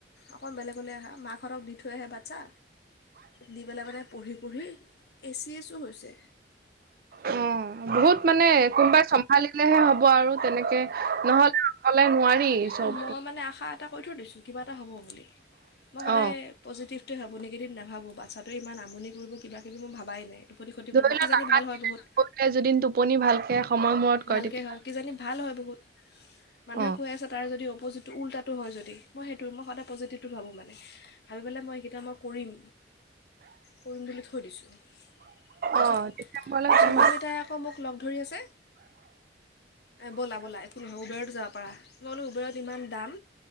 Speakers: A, on the left (about 60°); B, on the right (about 50°).
A: অকণ বেলেগ বলে আহা মাহৰক দি থৈ আহে। আচ্ছা দি পেলাই মানে পঢ়ি পঢ়ি এ চি এছো হৈছে।
B: অ বহুত মানে কোনবাই চম্ভালিলেহে হ'ব আৰু তেনেকে নহ'লে অকলে। নোৱাৰি চব
A: অ, মই মানে আশা এটা কৰি থৈ দিছো কিবা এটা হ'ব বুলি মই সদায়।
B: অ'
A: টোৱে ভাবো নিগেটিভ নাভাবো, বাচ্ছাটো ই আমনি কৰি কিবা কিবি মই ভাবাই নাই পতি ক্ষতি
B: ধৰি
A: কৰিব
B: লোৱা
A: কিজানি
B: নাকান্দিলে
A: ভাল হয় বহুত,
B: নকৰিলে যদি টোপনি ভালকে সময় মূৰত কয়
A: ভালকে
B: তেতিয়া
A: হয় কিজানি ভাল হয় বহুত। মানুহে
B: অ'
A: কয় আছে তাৰ যদি অপজিতটো উল্টো হয় যদি মই সেইটো মই সদায় পজিটিভটো ভাবোঁ মানে, ভাবি পেলাই মই এইকেইটা মই কৰিম। কৰিম বুলি থৈ দিছোঁ, তাৰপিছত
B: অ' ডিচেম্বৰলৈ
A: এই
B: টাইম
A: চন্দামিতাই
B: আছে
A: আকৌ মোক লগ ধৰি আছে ব'লা ব'লা এইটো ন উবেৰত যাওঁ। পৰা নহ ব'লো উবেৰত ইমান দাম